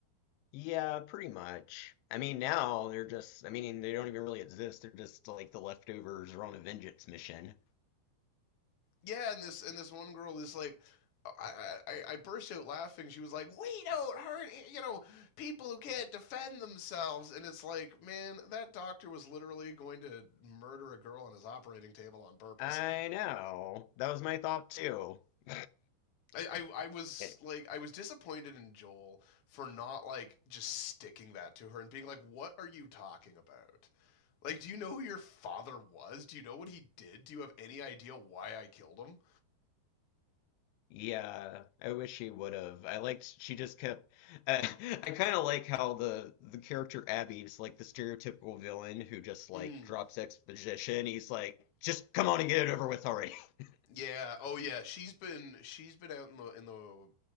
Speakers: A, on the left; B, on the left.
A: yeah, pretty much. I mean now they're just I mean they don't even really exist. They're just like the leftovers are on a vengeance mission.
B: yeah and this and this one girl is like I, I, I burst out laughing. She was like, "We don't hurt, you know, people who can't defend themselves." And it's like, man, that doctor was literally going to murder a girl on his operating table on purpose.
A: I know. That was my thought too. <sighs>
B: I, I, I was
A: <laughs>
B: like I was disappointed in Joel for not like just sticking that to her and being like, "What are you talking about? Like, do you know who your father was? Do you know what he did? Do you have any idea why I killed him?"
A: Yeah, I wish she would have. I liked she just kept I, <laughs> I kind of like how the the character Abby is like the stereotypical villain who just like
B: Mm,
A: drops exposition. He's like, "Just come on and get it over with already." <laughs>
B: yeah. Oh yeah. She's been she's been out in the in the